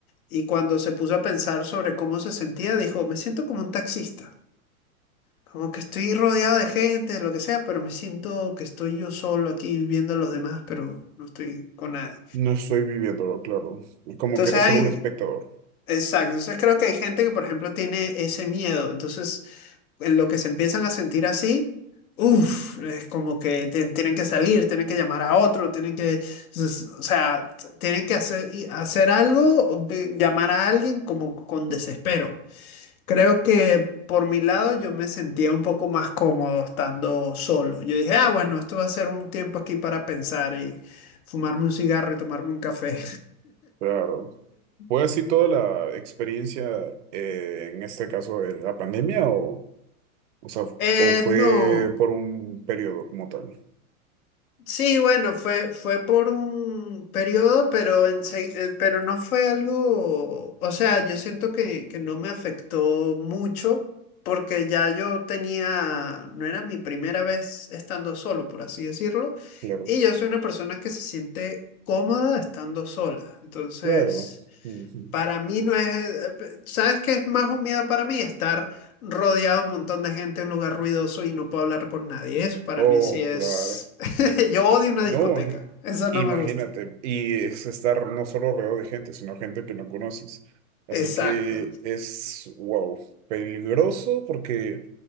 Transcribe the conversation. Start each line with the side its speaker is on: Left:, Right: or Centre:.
Left: y cuando se puso a pensar sobre cómo se sentía, dijo, me siento como un taxista. Como que estoy rodeado de gente, lo que sea, pero me siento que estoy yo solo aquí viendo a los demás, pero no estoy con nadie.
Right: No estoy viviéndolo, claro. Como
Left: Entonces
Right: que eres
Left: hay,
Right: solo un espectador,
Left: Exacto, entonces creo que hay gente que, por ejemplo, tiene ese miedo, entonces en lo que se empiezan a sentir así, uff, es como que te- tienen que salir, tienen que llamar a otro, tienen que, s- o sea, t- tienen que hacer, y hacer algo, o ve- llamar a alguien como con desespero. Creo que por mi lado yo me sentía un poco más cómodo estando solo. Yo dije, ah, bueno, esto va a ser un tiempo aquí para pensar y fumarme un cigarro y tomarme un café.
Right: claro. ¿Fue
Left: <laughs>
Right: así toda la experiencia eh, en este caso de la pandemia o, o sea,
Left: Eh,
Right: o fue
Left: no.
Right: por un periodo como tal?
Left: Sí, bueno, fue, fue por un periodo, pero, ense- eh, pero no fue algo, o sea, yo siento que, que no me afectó mucho porque ya yo tenía, no era mi primera vez estando solo, por así decirlo,
Right: Claro,
Left: y yo soy una persona que se siente cómoda estando sola, entonces...
Right: claro. Ujú.
Left: Para mí no es, eh, ¿sabes qué es más humillado para mí? Estar rodeado de un montón de gente en un lugar ruidoso y no puedo hablar con nadie. Eso para
Right: Oh,
Left: mí sí es...
Right: claro.
Left: <laughs> Yo odio una
Right: No,
Left: discoteca. Eso no
Right: imagínate.
Left: me gusta.
Right: Y es estar no solo rodeado de gente, sino gente que no conoces. Así
Left: Exacto.
Right: que es, wow, peligroso porque...